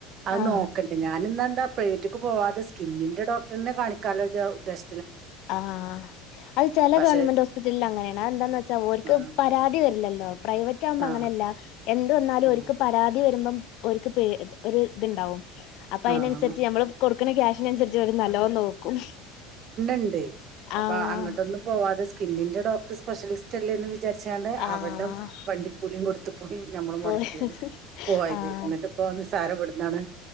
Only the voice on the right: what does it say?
അത്
നോക്കണ്ടേ ഞാനിന്നാന്താ പ്രൈവറ്റക്ക് പോവാതെ സ്കിന്നിന്റെ ഡോക്ടറിനെ കാണിക്കാാലോ ഉദ്ദേശ
പക്ഷെ
ആ
ആ
ആ
ആ
ണ്ട് അപ്പ
അങ്ങോട്ടൊന്നും പോവാതെസ്കിന്നിന്റെ ഡോക്ടർ സ്പെഷ്യലിസ്റ്റ്ല്ലേന്ന് വി വിചാരിച്ചാണ്ട്
അവടെ വണ്ടിക്കൂലിയും കൊടു പോയി നമ്മൾ
മുടക്കിയത് പോയത്
ന്നിട്ട് ഇപ്പോ സാരം ഇടുന്നാണ്